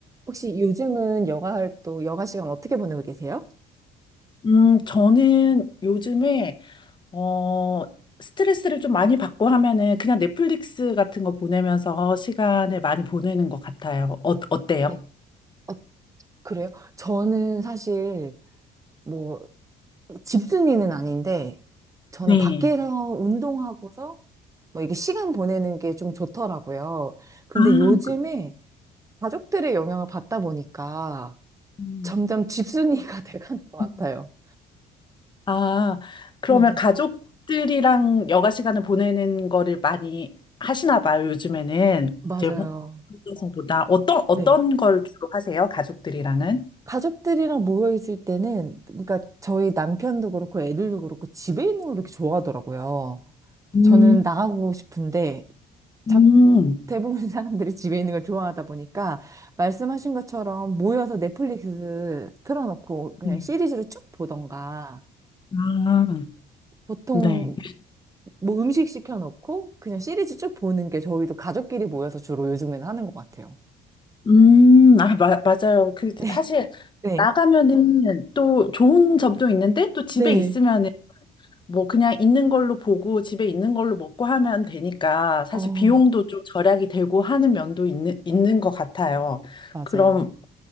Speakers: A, on the right (about 20°); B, on the left (about 25°).
A: 혹시 요즘은 여가 활동, 여가 시간 어떻게 보내고 계세요?
B: 음, 저는 요즘에, 어, 스트레스를 좀 많이 받고 하면은 그냥 넷플릭스 같은 거 보내면서 시간을 많이 보내는 것 같아요. 어, 어때요?
A: 네. 어, 그래요? 저는 사실 뭐 집순이는 아닌데 저는
B: 네.
A: 밖에서 운동하고서 뭐 이게 시간 보내는 게 좀 좋더라고요. 근데
B: 아,
A: 요즘에
B: 그-
A: 가족들의 영향을 받다 보니까
B: 음.
A: 점점 집순이가 <laughs> 돼가는 것 같아요.
B: 음. 아, 그러면
A: 네.
B: 가족들이랑 여가 시간을 보내는 거를 많이 하시나 봐요, 요즘에는.
A: 맞아요.
B: 이제 혼자서보다 어떤, 어떤
A: 네.
B: 걸 주로 하세요, 가족들이랑은?
A: 가족들이랑 모여 있을 때는, 그러니까 저희 남편도 그렇고 애들도 그렇고 집에 있는 걸 이렇게 좋아하더라고요.
B: 음,
A: 저는 나가고 싶은데, 자,
B: 음,
A: 대부분 <laughs> 사람들이 집에 있는 걸 좋아하다 보니까, 말씀하신 것처럼 모여서 넷플릭스 틀어놓고 그냥
B: 네.
A: 시리즈를 쭉 보던가,
B: 아,
A: 보통
B: 네.
A: 뭐 음식 시켜놓고 그냥 시리즈 쭉 보는 게 저희도 가족끼리 모여서 주로 요즘에는 하는 것 같아요.
B: 음, 아, 마, 맞아요. 그,
A: 네,
B: 사실,
A: 네,
B: 나가면은 또 좋은 점도 있는데, 또 집에
A: 네.
B: 있으면은 뭐 그냥 있는 걸로 보고, 집에 있는 걸로 먹고 하면 되니까, 사실
A: 어,
B: 비용도 좀 절약이 되고 하는 면도 있는, 있는 것 같아요.
A: 맞아요.
B: 그럼,